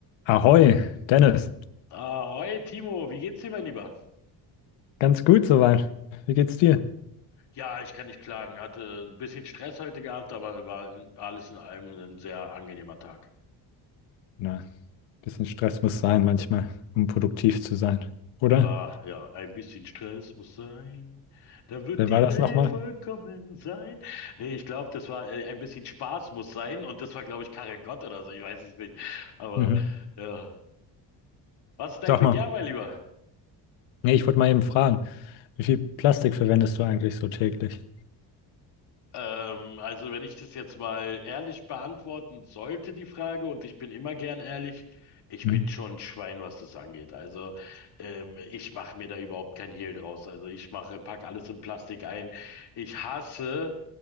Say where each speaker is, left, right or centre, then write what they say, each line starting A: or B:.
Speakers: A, on the left; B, on the left.
A: Ahoi, Dennis.
B: Ahoi, Timo, wie geht's dir, mein Lieber?
A: Ganz gut soweit. Wie geht's dir?
B: Ja, ich kann nicht klagen. Hatte ein bisschen Stress heute gehabt, aber war in- alles in allem ein sehr angenehmer Tag.
A: Na, bisschen Stress muss sein manchmal, um produktiv zu sein, oder?
B: Ja, ja, ein bisschen Stress muss sein. Dann wird
A: Wer
B: die
A: war das
B: Welt
A: nochmal?
B: vollkommen sein. Nee, ich glaube, das war äh, ein bisschen Spaß muss sein und das war, glaube ich, Karel Gott oder so. Ich weiß es nicht. Aber
A: Mhm.
B: ja. Was ist dein
A: Sag
B: Begehr,
A: mal.
B: mein Lieber?
A: Nee, ich wollte mal eben fragen, wie viel Plastik verwendest du eigentlich so täglich?
B: Ähm, also wenn ich das jetzt mal ehrlich beantworten sollte, die Frage, und ich bin immer gern ehrlich, ich
A: Mhm.
B: bin schon ein Schwein, was das angeht. Also ähm, ich mache mir da überhaupt kein Hehl draus. Also ich mache, pack alles in Plastik ein. Ich hasse